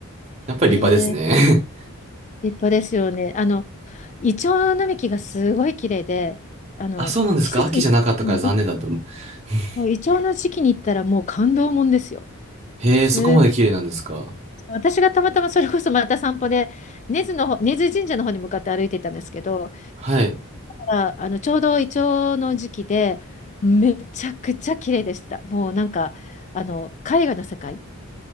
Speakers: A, on the right (about 30°); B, on the left (about 30°).
A: やっぱり立派ですね。
B: え立派ですよね。あの、イチョウ並木がすごい綺麗で、
A: <laughs>
B: あの、
A: あ、そうなんですか秋じゃなかったから残念だったの。
B: 季節に、うんい
A: <laughs>
B: イチョウの時期に行ったらもう感動もんですよ。
A: へえ、
B: す、
A: そこまで綺麗なんですか。
B: 私がたまたまそれこそまた散歩で、根津の方、根津神社の方に向かって歩いてたんですけど、
A: はい。
B: あ、あの、ちょうどイチョウの時期で、めちゃくちゃ綺麗でした。もうなんか、あの、絵画の世界。